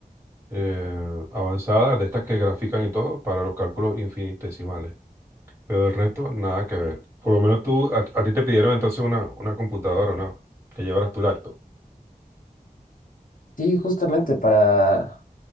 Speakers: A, on the right (about 15°); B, on the left (about 60°).
A: eh, avanzada, de estas que grafican y todo, para los cálculos infinitesimales. Pero el resto, nada que ver. Por lo menos tú, a, a ti te pidieron entonces una, una computadora, ¿no? Que llevaras tu laptop.
B: Sí, justamente para